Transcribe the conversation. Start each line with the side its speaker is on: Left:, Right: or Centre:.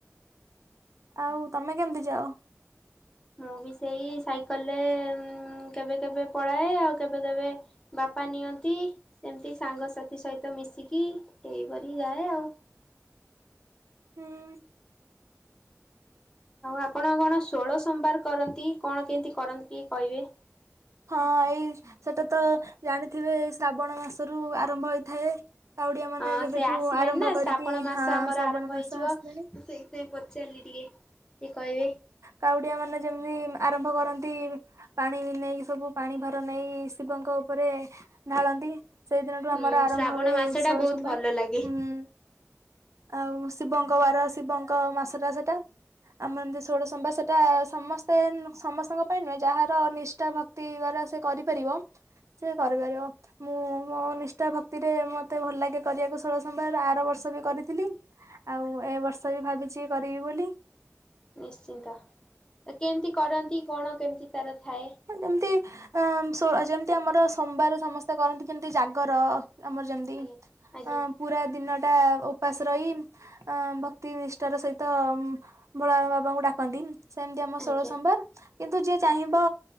Right: ଆଉ ତମେ କେମତି ଯାଅ?
Left: ମୁଁ ବି ସେଇ ସାଇକେଲରେ ମୁଂ କେବେ କେବେ ପଳାଏ, ଆଉ କେବେ କେବେ ବାପା ନିଅନ୍ତି, ସେମିତି ସାଙ୍ଗସାଥୀ ସହିତ ମିଶିକି ଇଏ କରିକି ଯାଏ ଆଉ।
Right: ହୁଁ।
Left: ଆଉ ଆପଣ କଣ ଷୋଳ ସୋମବାର କରନ୍ତି, କଣ କେମିତି କରନ୍ତି ଟିକେ କହିବେ?
Right: ହଁ, ଏଇ ସେଟାତ ଜାଣିଥିବେ ଶ୍ରାବଣ ମାସରୁ ଆରମ୍ଭ ହେଇଥାଏ। କାଉଡିଆ ମାନେ
Left: ହଁ,
Right: ଯେବେଠୁ
Left: ସେ ଆସିଲାଣିନା
Right: ଆରମ୍ଭ କରିକି
Left: ଶ୍ରାବଣ ମାସ
Right: ହଁ
Left: ଆମର
Right: ଶ୍ରାବଣ
Left: ଆରମ୍ଭ
Right: ମାସ
Left: ହେଇଯିବ,
Right: ଆସିଲାଣି
Left: ମୁଁ ସେଇଥିପାଇଁ ପଚାରିଲି ଟିକେ। ତି କହିବେ?
Right: କାଉଡ଼ିଆ ମାନେ ଯେମିତି ଆରମ୍ଭ କରନ୍ତି, ପାଣି ନେଇ ସବୁ ପାଣି ଭାର ନେଇ ଶିବଙ୍କ ଉପରେ ଢାଳନ୍ତି। ସେଇଦିନଠୁ
Left: ଉଁ
Right: ଆମର ଆରମ୍ଭ
Left: ଶ୍ରାବଣ
Right: ହୁଏ
Left: ମାସ
Right: ଷୋହଳ
Left: ଟା ବହୁତ
Right: ସୋମବାର।
Left: ଭଲ ଲାଗେ।
Right: ହୁଁ। ଆଉ ଶିବଙ୍କ ବାର ଶିବଙ୍କ ମାସଟା ସେଟା। <unintelligible> ଷୋଡ଼ ସମ୍ବା ସେଟା ସମସ୍ତେ ସମସ୍ତଙ୍କ ପାଇଁ ନୁହେଁ, ଯାହାର ନିଷ୍ଟା ଭ ତି ବାର ସେ କରିପାରିବ, ସେ କରିପାରିବ। ମୁଁ ମୋ ନିଷ୍ଠା ଭକ୍ତିରେ ମତେ ଭଲ ଲାଗେ କରିବାକୁ ଷୋହଳ ସୋମବାର, ଆର ବର୍ଷ ବି କରିଥିଲି। ଆଉ ଏ ବର୍ଷ ବି ଭାବୁଛି କରିବି ବୋଲି।
Left: ନିଶ୍ଚିନ୍ତ କେମିତି କରନ୍ତି କଣ କେମିତି ତାର ଥାଏ?
Right: ଯେମତି ଅ ଯେମତି ଆମର ସୋମବାର ସମସ୍ତେ କରନ୍ତି ଯେମିତି ଜାଗର ଆମର ଯେମିତି
Left: ଆଜ୍ଞା। ଆଜ୍ଞା
Right: ଅ ପୁରା ଦିନ ଟା ଉପାସ ରହି ଅ ଭକ୍ତି ନିଷ୍ଠାର ସହିତ ଭୋଳା ବାବାଙ୍କୁ ଡାକନ୍ତି ସେମିତି ଆମ ଷୋହଳ
Left: ଆଜ୍ଞା
Right: ସମ୍ବାର କିନ୍ତୁ ଯିଏ ଚାହିଁବ